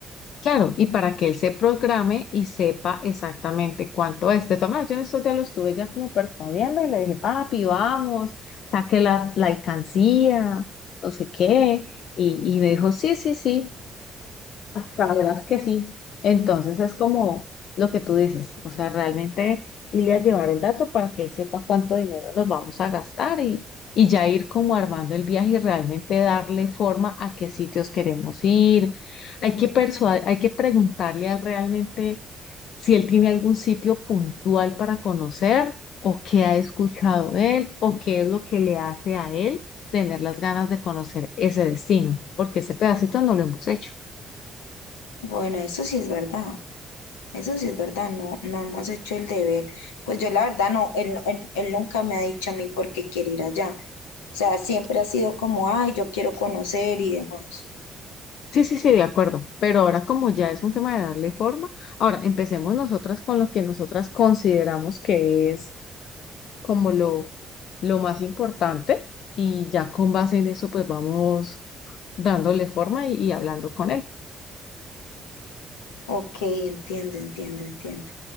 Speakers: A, on the left; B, on the left.
A: Claro, y para que él se programe y sepa exactamente cuánto es. De todas maneras, yo en estos días lo estuve ya como persuadiendo y le dije, papi, vamos, saque la, la alcancía, no sé qué. Y, y me dijo, sí, sí, sí. La verdad es que sí. Entonces es como lo que tú dices, o sea, realmente irle a llevar el dato para que él sepa cuánto dinero nos vamos a gastar y, y ya ir como armando el viaje y realmente darle forma a qué sitios queremos ir. Hay que persua- hay que preguntarle a él realmente si él tiene algún sitio puntual para conocer o qué ha escuchado él o qué es lo que le hace a él tener las ganas de conocer ese destino, porque ese pedacito no lo hemos hecho.
B: Bueno, eso sí es verdad. Eso sí es verdad, no, no hemos hecho el deber. Pues yo la verdad no, él, él, él nunca me ha dicho a mí por qué quiere ir allá. O sea, siempre ha sido como, ay, yo quiero conocer y demás.
A: Sí, sí, sí, de acuerdo. Pero ahora como ya es un tema de darle forma, ahora empecemos nosotras con lo que nosotras consideramos que es como lo, lo más importante y ya con base en eso pues vamos dándole forma y, y hablando con él.
B: Ok, entiendo, entiendo, entiendo.